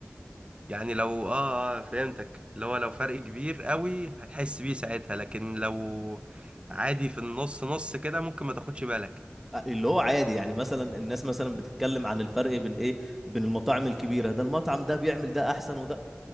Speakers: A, on the right; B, in the centre.
A: يعني لو اه اه فهمتك اللي هو لو فرق كبير قوي هتحس بيه ساعتها لكن لو عادي في النص نص كده ممكن ما تاخدش بالك
B: اللي هو عادي يعني مثلا الناس مثلا بتتكلم عن الفرق بين ايه بين المطاعم الكبيره ده المطعم ده بيعمل ده احسن وده